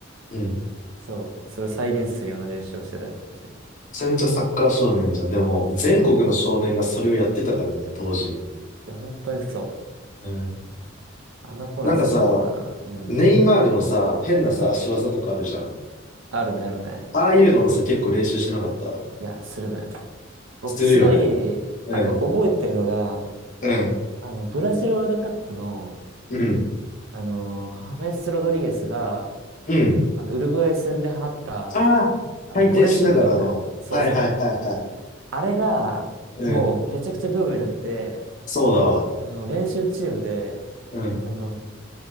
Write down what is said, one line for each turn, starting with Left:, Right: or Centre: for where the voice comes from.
Left: うん。め
Right: そう、それを再現するような練習をしてたりとかしてて。
Left: ちゃめちゃサッカー少年じゃん。でも、
Right: そうなのよ。
Left: 全国の少年がそれをやってたからね、当時。
Right: いや、本当にそう。
Left: うん。
Right: あの頃はすごかったな。
Left: なんかさ、
Right: うん。
Left: ネイマールのさ、変なさ、足技とかあるじゃん。
Right: あるね、あるね。
Left: ああいうのもさ、結構練習してなかった
Right: いや、するのよ。僕、
Left: するよね。
Right: すごい、
Left: うん。
Right: あの、覚えてるのが、
Left: うん。
Right: あの、ブラジルワールドカップの、
Left: うん。
Right: あの、ハメス・ロドリゲスが、
Left: うん。
Right: あの、ウルグアイ戦で放った、
Left: ああ、
Right: あの、
Left: 回転しながらの。
Right: ボレーシュートがあるのよ。そうそう。
Left: はいはいはいはい。
Right: あれが、
Left: うん。
Right: もうめちゃくちゃブームになって、
Left: そうだわ。
Right: あの、練習チームで、
Left: うん。
Right: あの、